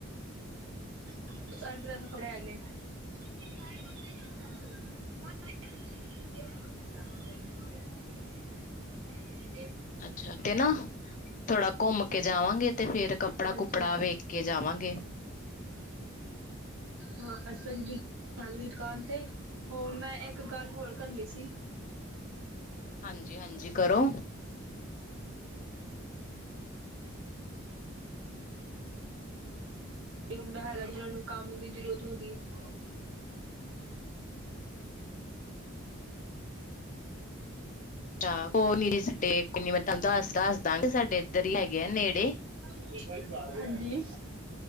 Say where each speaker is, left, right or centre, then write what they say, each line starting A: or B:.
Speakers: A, on the right (about 65°); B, on the left (about 40°).
A: <inaudible> <inaudible> <inaudible> <inaudible>
B: ਅੱਛਾ ਤੇ ਨਾ ਥੋੜਾ ਘੁੰਮ ਕੇ ਜਾਵਾਂਗੇ ਤੇ ਫੇਰ ਕੱਪੜਾ
A: ਅੱਛਾ
B: ਕੁਪੜਾ ਵੇਖ ਕੇ। ਜਾਵਾਂਗੇ।
A: ਹਾਂ ਅੱਛਾ ਜੀ। ਨਾਲ ਦੀ ਦੁਕਾਨ ਤੇ ਹੋਰ ਮੈਂ ਇੱਕ ਗੱਲ ਹੋਰ ਕਰਨੀ ਸੀ।
B: ਹਾਂਜੀ ਹਾਂਜੀ ਕਰੋ।
A: ਹੁੰਦਾ ਹੈਗਾ ਜਿਨ੍ਹਾਂ ਨੂੰ ਕੰਮ ਦੀ ਜ਼ਰੂਰਤ ਹੋ ਗਈ। <inaudible>
B: ਅੱਛਾ ਕੋਈ ਨੀ ਜੀ ਸਾਡੇ ਕੋਈ ਨੀ ਮੈਂ ਤੁਹਾਨੂੰ ਦੱਸ ਦੱਸ ਦਾਂਗੀ ਸਾਡੇ ਇੱਧਰ ਹੀ ਹੈਗੇ ਆ ਨੇੜੇ
A: <inaudible> <inaudible> <inaudible> ਹਾਂਜੀ